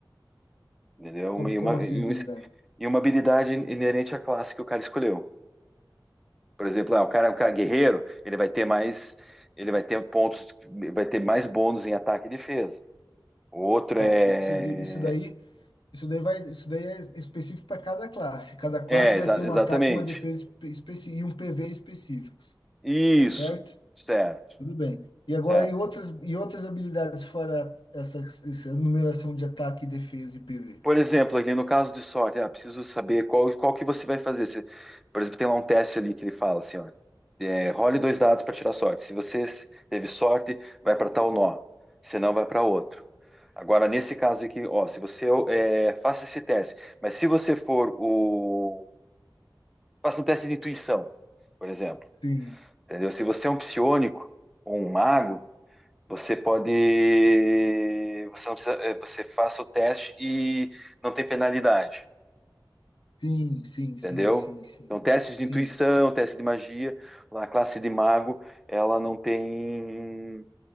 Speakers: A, in the centre; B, on the left (about 85°).
A: entendeu? Uma-
B: Como,
A: e, uma,
B: como assim
A: e
B: habilidade?
A: um es- e uma habilidade inerente à classe que o cara escolheu. Por exemplo, ah, o cara, o cara guerreiro, ele vai ter mais, ele vai ter pontos, vai ter mais bônus em ataque e defesa. O outro
B: Tá,
A: é,
B: isso, isso daí, isso daí vai, isso daí é específico para cada classe. Cada classe
A: é
B: vai
A: exa-
B: ter um
A: exatamente,
B: ataque e uma defesa espe- especi- e um PV específico.
A: isso,
B: certo?
A: certo,
B: Tudo bem. E agora,
A: certo.
B: e outras, e outras habilidades fora essa, essa numeração de ataque, defesa e PV?
A: Por exemplo, ali no caso de sorte, ah, preciso saber qual, qual que você vai fazer. Se, por exemplo, tem lá um teste ali que ele fala assim, ó, é, role dois dados para tirar sorte. Se você s- teve sorte, vai para tal nó. Se não, vai para outro. Agora, nesse caso aqui, ó, se você é, faça esse teste, mas se você for o... Faça um teste de intuição, por exemplo,
B: Sim,
A: entendeu? Se você é um psiônico ou um mago, você pode... Você, não precisa, é, você faça o teste e não tem penalidade.
B: sim, sim,
A: entendeu?
B: sim, sim, sim,
A: Então, testes
B: sim.
A: de intuição, teste de magia, a classe de mago, ela não tem.